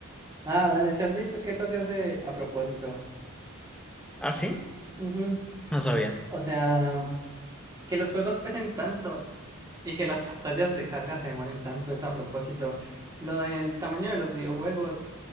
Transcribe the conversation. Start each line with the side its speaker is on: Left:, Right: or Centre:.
Right: Ah, dale, si has visto que eso se hace a propósito.
Centre: ¿Ah, sí?
Right: Ujú.
Centre: No sabía.
Right: O sea. que los juegos pesen tanto y que las <laughs> pantallas de carga se demoren tanto es a propósito. Lo del tamaño de los videojuegos,